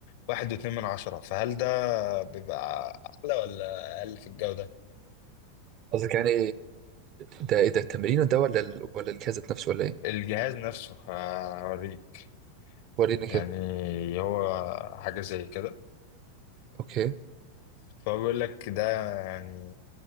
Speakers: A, on the left; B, on the right.
A: واحد واتنين من عشرة فهل ده بيبقى أعلى ولا أقل في الجودة؟
B: قصدك يعني ده ايه ده التمرين ده ولا ال... ولا الجهاز ذات نفسه ولا ايه
A: الجهاز نفسه هوريك
B: وريني
A: يعني
B: كده
A: هو حاجة زي كده
B: اوكي
A: فهو بيقول لك ده يعني